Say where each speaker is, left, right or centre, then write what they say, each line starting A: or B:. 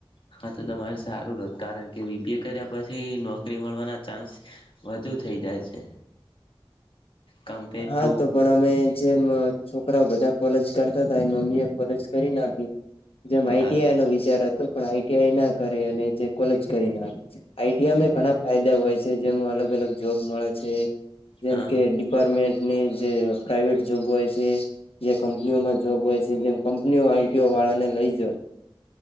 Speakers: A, on the left (about 65°); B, on the left (about 80°).
A: હા તો તમારે સારું રહત કારણ કે કે બી બીએ કર્યા પછી નોકરી મળવાના ચાન્સ, વધુ થઈ જાય છે. કમ્પેર
B: હા
A: ટુ
B: તો પણ અમે જેમ છોકરાઓ બધા કોલેજ કરતા હતાય મમ્મી એ કોલેજ કરી નાખી. જે માહિતી
A: હા
B: એનો વિચાર હતો પણ આઈ ટી આઈ ના કરે અને જે કોલેજ કરી ના આવી છે. આઈટીઆમાં, ઘણા ફાયદા હોય જે જેનો અલગ, અલગ, જોબ મળે છે જેમ
A: હા
B: કે <unintelligible> જે પ્રાઇવેટ જોબ હોય છે, જે કંપનીઓમાં જોબ હોય છે, જેમ કંપનીઓ આઈટીઓ વાળાને લઈ જ